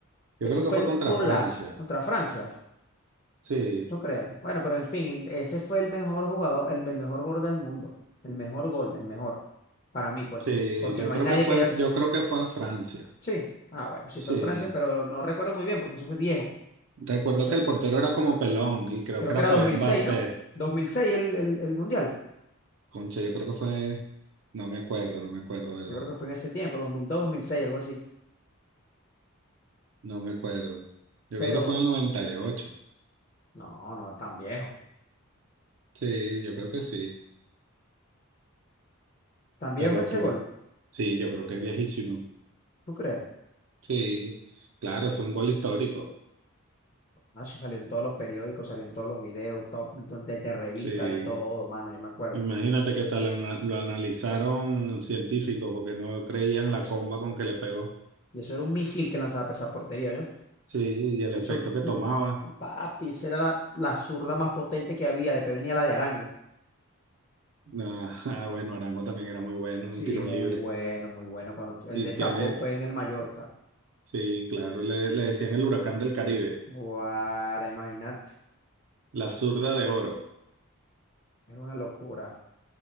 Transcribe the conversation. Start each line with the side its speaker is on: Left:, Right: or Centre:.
Left: Eso
Right: Yo creo
Left: fue
Right: que fue
Left: un
Right: contra
Left: golazo
Right: Francia.
Left: contra Francia.
Right: Sí,
Left: ¿Tú crees? Bueno, pero en fin, ese fue el mejor jugador, el, el mejor gol del mundo. El mejor gol, el mejor. Para mí, pues.
Right: sí,
Left: Porque
Right: yo
Left: no hay
Right: creo
Left: nadie
Right: que fue,
Left: que haya
Right: yo creo que fue a Francia.
Left: Sí. Ah, bueno, sí
Right: Sí.
Left: fue en Francia, pero no recuerdo muy bien porque eso fue viejo.
Right: Recuerdo
Left: Eso
Right: que
Left: en-
Right: el portero era como pelón y creo
Left: creo
Right: que
Left: que
Right: era
Left: era
Right: Fabián
Left: 2006,
Right: Barthez.
Left: ¿no? 2006 el, el, el Mundial.
Right: Concha, yo creo que fue, no me acuerdo, no me acuerdo, ¿verdad?
Left: Yo creo que fue en ese tiempo, 2002, 2006, algo así.
Right: No me acuerdo. Yo
Left: Pero
Right: creo que fue en el 98,
Left: no, no, tan viejo.
Right: Sí, yo creo que sí.
Left: Tan viejo
Right: Pero
Left: ese
Right: tú,
Left: gol.
Right: sí, yo creo que es viejísimo.
Left: ¿Tú crees?
Right: Sí, claro, es un gol histórico.
Left: No, eso salió en todos los periódicos, salió en todos los videos, top, de, de revista,
Right: Sí,
Left: de todo, mano, yo me acuerdo.
Right: imagínate que tal lo, ana- lo analizaron científicos porque no creían la comba con que le pegó.
Left: Y eso era un misil que lanzaba para esa portería, ¿yo?
Right: Sí, y el efecto
Left: Eso,
Right: que
Left: mm,
Right: tomaba.
Left: papi, esa era la, la zurda más potente que había. Después venía la de Arango.
Right: Ah, ah, bueno, Arango también era muy bueno
Left: Sí,
Right: en tiros
Left: muy
Right: libres.
Left: bueno, muy bueno. Cuando t- el
Right: Y
Left: destapó
Right: tiene,
Left: fue en el Mallorca.
Right: sí, claro, le, le decían el huracán del Caribe.
Left: Guara, imagínate,
Right: La zurda de oro.
Left: es una locura.